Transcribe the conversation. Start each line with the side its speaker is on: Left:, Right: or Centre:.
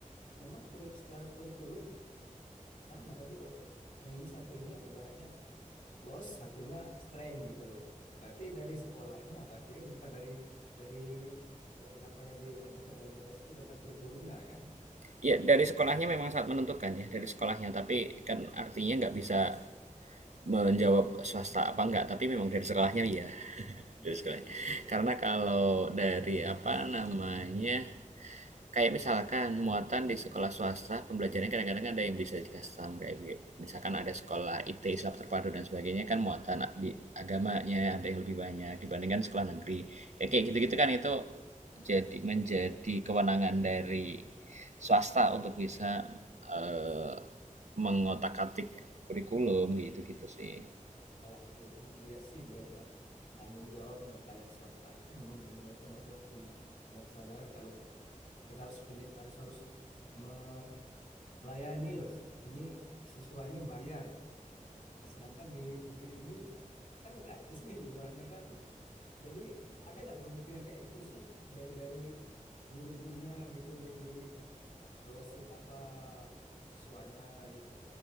Left: Memang kurik, secara kurikulum sama, tapi kok yang ini satu ini ya ibaratnya loss, satunya strength gitu. Berarti dari sekolahnya, berarti kan bukan dari dari dari apa yang diajukan oleh Dinkes itu tentang kurikulumnya kan?
Right: ya dari sekolahnya memang sangat menentukan ya dari sekolahnya tapi kan artinya nggak bisa menjawab swasta apa enggak tapi memang dari sekolahnya iya <laughs>
Left: Iya,
Right: dari sekolahnya
Left: iya, iya, iya,
Right: karena
Left: iya.
Right: kalau dari apa namanya kayak misalkan muatan di sekolah swasta pembelajarannya kadang-kadang ada yang bisa di custom kayak misalkan ada sekolah IT Islam terpadu dan sebagainya kan muatan di agamanya ada yang lebih banyak dibandingkan sekolah negeri ya kayak gitu-gitu kan itu jadi menjadi kewenangan dari swasta untuk bisa eh, mengotak-atik kurikulum gitu gitu sih
Left: Nah, kalau aku lihat sih beda tanggung jawab nggak kayak swasta itu memang benar mereka mereka punya punya kesadaran kalau kita harus punya harus harus me- melayani loh. Ini siswa ini bayar. Nah, sedangkan di negeri ini kan gratis nih ibaratnya kan. Jadi ke- ada nggak kemungkinan kayak gitu sih dari dari guru-gurunya gitu yang jadi ngelosin apa siswanya gitu